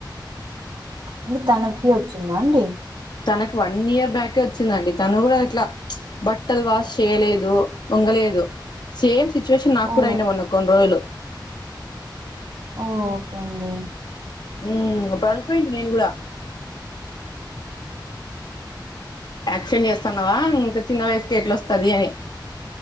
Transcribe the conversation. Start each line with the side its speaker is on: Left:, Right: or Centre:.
Right: అంటె తనకి ఓచ్చిందా అండి
Left: తనక్ వన్ ఇయర్ బ్యాకే ఓచ్చిందండి తను గూడా ఇట్లా బట్టల్ వాష్ చేయలేదు ఒంగలేదు సేమ్ సిచువేషన్ నాక్కూడా
Right: ఓ
Left: అయిండే వొన్న కొన్ రోజులు
Right: ఓకేండి
Left: ఊమ్ అప్పుడ్ అనుకున్నీంటి నేను గుడా యాక్షన్ చేస్తన్నావా ఇంక చిన్న వయసుకె ఎట్లోస్తది అని